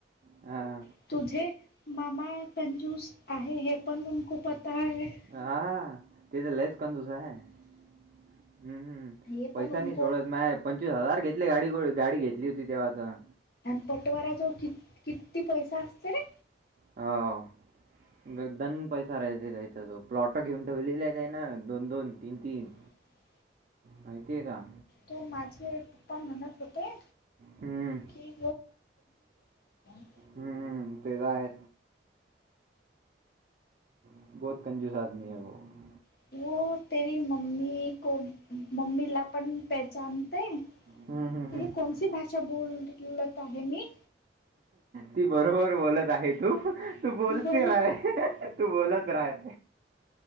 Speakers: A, on the right (about 45°); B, on the left (about 55°).
A: आं
B: <unintelligible>
A: आं ते तर लयच कंजूस आहे हम्म.
B: हे पण
A: पैसा
B: उनको
A: नाही सोडत माय पंचवीस हजार घेतले गाडी हो गाडी घेतली होती तेव्हा तर.
B: आणि पटवाऱ्या जो कि किती पैसा असतं रे.
A: आव गद्दन पैसा राहायचा त्याचा जो प्लॉट घेऊन ठेवलेले आहे त्यानं दोन-दोन, तीन-तीन.
B: ह
A: माहिती आहे का?
B: तो माझे पप्पा म्हणत होते
A: हम्म,
B: की. <unintelligible> <unintelligible>
A: हम्म ते तर आहे. <unintelligible>
B: <unintelligible>
A: हम्म हम्म.
B: <unintelligible> बोलत
A: हम्म.
B: आहे मी.
A: ती बरोबर बोलत आहे तू तू बोलती
B: बरोबर
A: राहय. तू बोलत राहय.